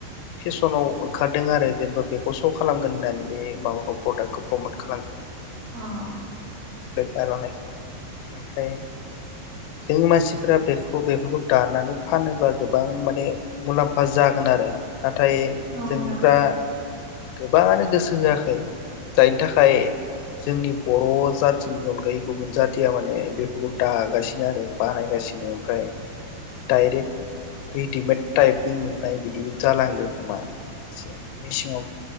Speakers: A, on the left; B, on the right.
A: फेसनाव ओंखार दों आरो जेनेबा बेखौ श' खालामगोन होननानै बे माबाखौ प्रडाक्टखौ प्रमट खालामदों
B: अ अ
A: बेग आर'नाइखौ ओमफ्राय जों मानसिफोरा बेखौ बेफोरखौ दानानै फानोब्ला गोबां माने मुलाम्फा जागोन आरो नाथाय
B: औ
A: जोंनिफ्रा
B: जागोन
A: गोबाङानो गोसो होआखै जायनि थाखाय जोंनि बर' जाथ थिनि अनगायै गुबुन जाथिया माने बेफोरखौ दागासिनो आरो बानायगासिनो ओमफ्राय डाइरेक्ट रेडिमेड टाइपनि मोननाय बिदिबो जालांदों खोमा एसे मिसिङाव